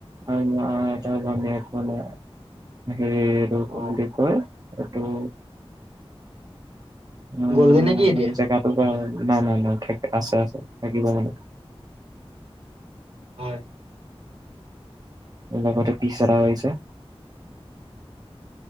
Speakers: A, on the right; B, on the right.
A: আম আইতাৰ ভনিয়েক মানে হে এটো কি
B: অ
A: বুলি কয়। এইটো উম
B: গ'লগে নে কি এতিয়া
A: জেগাটো বেয়া নাই নাই নাই থ আছে আছে থাকিব মানে
B: হয়
A: এ লগ বতে পিচৰা হৈছে